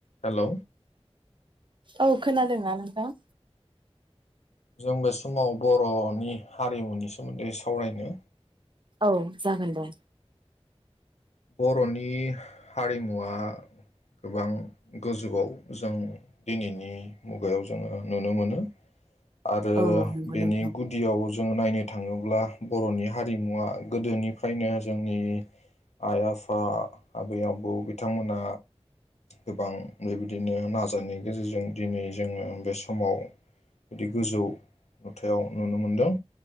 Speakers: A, on the left; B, on the right.
A: Hello
B: औ खोनादोंना नोंथां?
A: जों बे समाव बर'नि हारिमुनि सोमोन्दै सावरायनो
B: औ जागोन दे।
A: बर'नि हारिमुवा गोबां गोजौआव जों दिनैनि मुगायाव जोङो नुनो मोनो। आरो
B: औ नंगौ
A: बेनि
B: नोंथां
A: गुदियाव जोङो नायनो थाङो ब्ला बर'नि हारिमुवआ गोदोनिफ्रायनो जोंनि आइ आफा आबै आबौ बिथांमोना गोबां बेबायदिनो नाजानायनि गेजेरजों दिनै जोङो बे समाव बिदि गोजौ नुथायाव नुनो मोनदों।